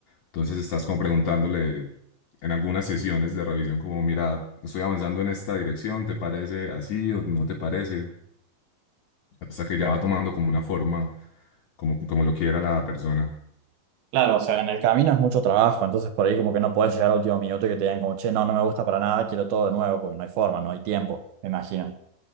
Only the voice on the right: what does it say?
Claro, o sea, en el camino es mucho trabajo, entonces por ahí como que no puedes llegar al último minuto y que te digan como, che, no, no me gusta para nada, quiero todo de nuevo, porque no hay forma, no hay tiempo, me imagino.